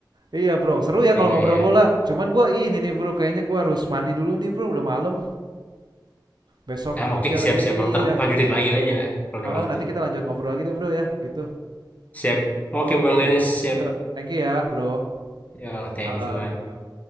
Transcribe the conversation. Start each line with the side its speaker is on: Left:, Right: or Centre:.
Right: iya bro seru ya kalau
Left: Iya
Right: ngobrol
Left: iya.
Right: bola cuman gua ini nih bro kayaknya gua harus mandi dulu nih bro udah malam besok
Left: Nah,
Right: kerja
Left: oke, siap-siap
Right: lagi iya
Left: Bang. Ntar lanjutin lagi aja kalau ada
Right: Heeh,
Left: waktu.
Right: nanti kita lanjut ngobrol lagi deh bro ya gitu
Left: Siap.
Right: oke
Left: Oke Bang Dennis siap.
Right: yuk thank you ya bro
Left: Ya, thank
Right: malam
Left: you Bang.
Right: Yo.